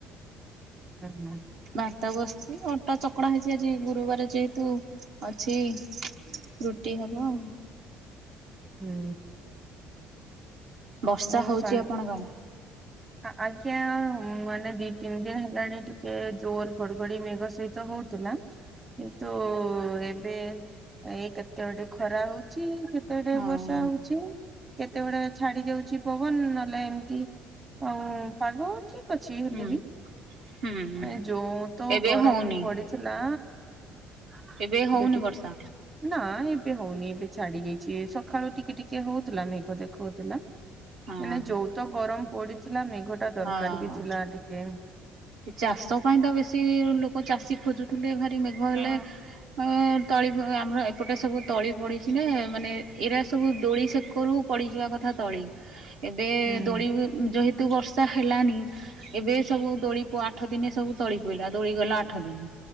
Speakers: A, on the right; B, on the right.
A: ହୁଁ ହୁଁ।
B: ଭାତ ବସିଚି ଅଟା ଚକଟା ହେଇଚି ଆଜି ଗୁରୁବାର ଯେହେତୁ ଅଛି ରୁଟି ହବ ଆଉ।
A: ହୁଁ।
B: ବର୍ଷା
A: ଆଉ
B: ହଉଚି
A: ସନ୍
B: ଆପଣଙ୍କ ଆଡେ?
A: ଆ ଆଜ୍ଞା ମାନେ ଦି ତିନି ଦିନ ହେଲାଣି ଟିକେ ଜୋର ଘଡଘଡି ମେଘ ସହିତ ତ ହଉଥିଲା କିନ୍ତୁ ଏବେ ଏଇ କେତେଳେ ଟକେ ଖରା ହଉଚି କେତେବେଳେ
B: ହଁ
A: ଟକେ ବର୍ଷା
B: ହଁ
A: ହଉଚି କେତେବେଳେ ଛାଡି ଯାଉ ପବନ ନହେଲେ ଏମିତି ଆଉ ପାଗ ଠିକ ଅଛି ହେଲେ
B: ହୁଁ
A: ବି
B: ହୁଁ
A: ଏ ଯୋଉ ତ
B: ଏବେ
A: ଗରମ
B: ହଉନି
A: ପଡିଥିଲା <unintelligible>
B: ଏବେ ହଉନି ବର୍ଷା
A: ନା ଏବ ଏବେ ହଉନି ଏବେ ଛାଡି ଯାଇଛି ସକାଳୁ ଟିକେ ଟିକେ ହଉଥିଲା ମେଘ ଦେଖଉଥିଲା
B: ହଁ
A: ମାନେ ଯୋଉ ତ ଗରମ ପଡିଥିଲା ମେଘଟା ଦରକାର
B: ହଁ
A: ବି ଥିଲା ଟିକେ
B: ଚାଷ ପାଇଁ ତ ବେଶୀ ଲୋକ ଚାଷୀ ଖୋଜୁଥିଲେ ଭାରି ମେଘ ହେଲେ
A: ହଁ।
B: ଏ ତଳି ବୁହା ଆମର ଏପଟେ ସବୁ ତଳି ପଡିଚି ନା ମାନେ ଏଇରା ସବୁ ଦୋଳି ସେକରୁ ପଡିଯିବା କଥା ତଳି ଏବେ
A: ହୁଁ
B: ଦୋଳି ବି ଯେହେତୁ ବର୍ଷା ହେଲାନି ଏବେ ସବୁ ଦୋଳି କୁ ଆଠ ଦିନ ସବୁ ତଳି ପଇଲା ଦୋଳି ଗଲା ଆଠ ଦିନେ।